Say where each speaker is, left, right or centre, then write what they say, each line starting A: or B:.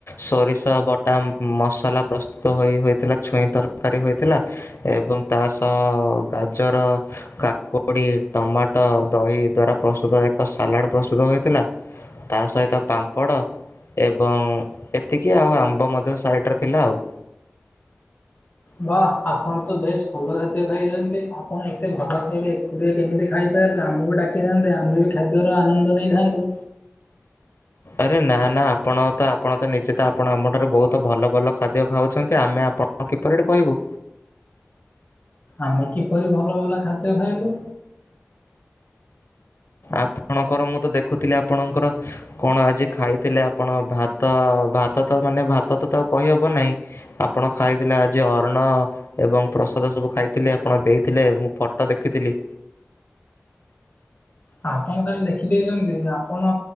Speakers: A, on the left (about 75°); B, on the left (about 45°).
A: ସୋରିଷ ବଟା ମସଲା ପ୍ରସ୍ତୁତ ହୋଇ ହୋଇଥିଲା ଛୁଇଁ ତରକାରୀ ହୋଇଥିଲା। ଏବଂ ତା ସହ ଗାଜର କାକୁଡି, ଟମାଟୋ, ଦହି ଦ୍ଵାରା ପ୍ରସ୍ତୁତ ଏକ ସାଲାଡ ପ୍ରସ୍ତୁତ ହୋଇଥିଲା। ତା ସହିତ ପାମ୍ପଡ଼। ଏବଂ ଏତିକି ଆଉ ଆମ୍ବ ମଧ୍ୟ ସାଇଡ଼ରେ ଥିଲା ଆଉ।
B: ବାଃ ଆପଣ ତ ବେଶ ଭଲ ଖାଦ୍ୟ ଖାଇଛନ୍ତି, ଆପଣ ଏତେ ଭଲ ଖାଇବେ ଏକୁଟିଆ କେମିତି ଖାଇପାରିଲେ? ଆମକୁ ଡାକିଥାନ୍ତେ ଆମେ ବି ଖାଦ୍ୟର ଆନନ୍ଦ ନେଇଥାନ୍ତୁ।
A: ଆରେ ନା ନା ଆପଣ ତ ଆପଣ ତ ନିଜେ ତ ଆପଣ ଆମଠାରୁ ବହୁତ ଭଲ ଭଲ ଖାଦ୍ୟ ଖାଉଛନ୍ତି, ଆମେ ଆପଣ ହଁ କିପରି ଏଠି କହିବୁ?
B: ଆମେ କିପରି ଭଲ ଭଲ ଖାଦ୍ୟ ଖାଇଲୁ?
A: ଆପଣଙ୍କର ମୁଁ ତ ଦେଖୁଥିଲି ଆପଣଙ୍କର କଣ ଆଜି ଖାଇଥିଲେ ଆପଣ ଭାତ ଭାତ ତ ମାନେ ଭାତ ତ ଆଉ କହିହବ ନାହିଁ। ଆପଣ ଖାଇଥିଲେ ଆଜି ଅନ୍ନ। ଏବଂ ପ୍ରସାଦ ସବୁ ଖାଇଥିଲେ ଆପଣ ଦେଇଥିଲେ ମୁଁ ଫଟୋ ଦେଖିଥିଲି।
B: ଆପଣ ତାହେଲେ ଲେଖିଦେଇଛନ୍ତି, ଆପଣ